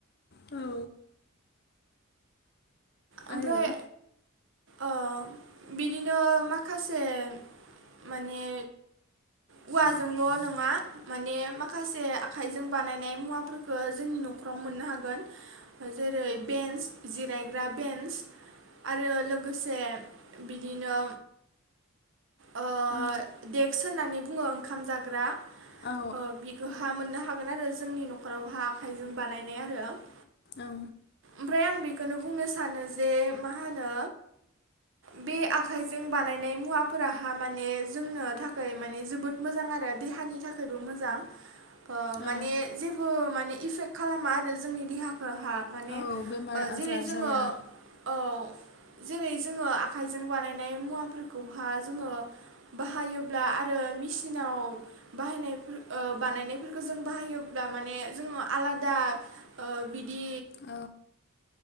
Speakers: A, on the left (about 50°); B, on the right (about 60°).
A: औ
B: ओमफ्राय
A: आरो
B: ओ बिदिनो माखासे माने उवाजोंल' नोङा माने माखासे आखाइजों बानायनाय मुवाफोरखौ जोंनि न'खराव मोननो हागोन जेरै बेन्स जिरायग्रा बेन्स आरो लोगोसे बिदिनो ओ
A: औ
B: देक्स होननानै बुङो ओंखाम जाग्रा
A: औ
B: अ बिखौहा मोननो हाग गोन आरो जोंनि नखराव हा आखाइजों बानायनाय आरोत
A: औ
B: ओफ्राय आं बे खोनो बुंनोस थानो जे मा होनो बे आखाइजों बानायनाय मुवाफोराहा माने जोंनो थाखोय माने जोबोद मोजां आरो देहानि थाखैबो मोजां। ओ
A: औ
B: माने जेबो माने इफेक्ट खालामा आरो जोंनि देहा फोर हा माने
A: औ बेमार
B: ओ
A: आजार
B: जेरै जोङो
A: जाया
B: औ जेरै जोङो आखाइजों बानायनाय मुवाफोरखौहा जोङो बाहायोब्ला आरो मेसिनाव बाहायनायफोर ओ बानायनायफोरखौ जों बाहायोब्ला माने जोङो आलादा ओ बिदि
A: औ